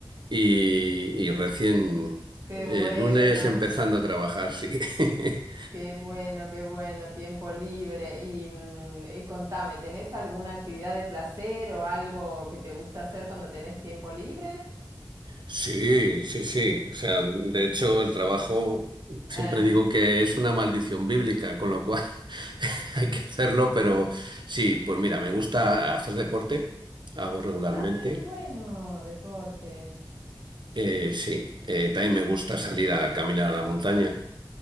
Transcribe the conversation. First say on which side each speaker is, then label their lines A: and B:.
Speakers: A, on the right; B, on the right.
A: y, y recién
B: Qué
A: eh,
B: bueno,
A: lunes empezando a trabajar, sí. <laughs>
B: qué bueno, qué bueno, tiempo libre. Y, mm, y contame, ¿tenés alguna actividad de placer o algo que te gusta hacer cuando tenés tiempo libre?
A: Sí, sí, sí. O sea, de hecho, el trabajo
B: Ah,
A: siempre digo que es una maldición bíblica, con lo cual <laughs> hay que hacerlo, pero sí, pues mira, me gusta hacer deporte, hago regularmente.
B: ah, qué bueno, deporte.
A: Eh, sí, eh, también me gusta salir a caminar a la montaña.